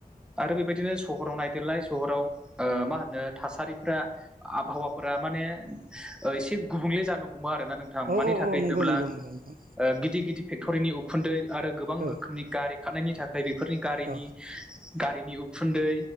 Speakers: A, in the centre; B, on the right.
A: आरो बेबायदिनो सहराव नायदेरलाय सहराव ओ मा होनो थासारिफ्रा आबहावाफोरा माने एसे गुबुंले जानो हमो आरोना नोंथां
B: औ
A: मानि
B: औ
A: थाखाय
B: औ नंगौ
A: होनोब्ला
B: नंगौ नंगौ नोंथां
A: गिदिर गिदिर फेक्ट'रिनि उखुन्दै आरो गोबां
B: औ
A: रोखोमनि गारि खारनायनि थाखाय बेफोरनि गारिनि
B: औ
A: गारिनि उखुन्दै